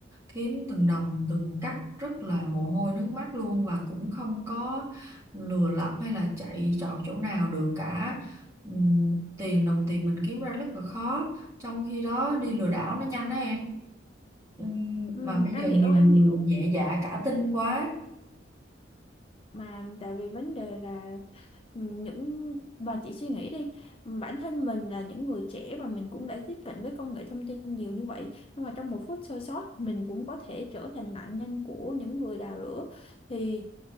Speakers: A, on the right; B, on the left.
A: kiếm từng đồng từng cắc rất là mồ hôi nước mắt luôn và cũng không có lừa lọc hay là chạy trọt chỗ nào được cả Ừm, tiền đồng tiền mình kiếm ra rất là khó trong khi đó đi lừa đảo nó nhanh á em Ừm,
B: Ừ,
A: mà bây
B: em
A: giờ
B: hiểu
A: nhiều
B: em
A: người
B: hiểu
A: nhẹ dạ cả tin quá
B: mà tại vì vấn đề là ừ, những mà chị suy nghĩ đi bản thân mình là những người trẻ và mình cũng đã tiếp cận với công nghệ thông tin nhiều như vậy nhưng mà trong một phút sơ sót mình cũng có thể trở thành nạn nhân của những người đào lửa thì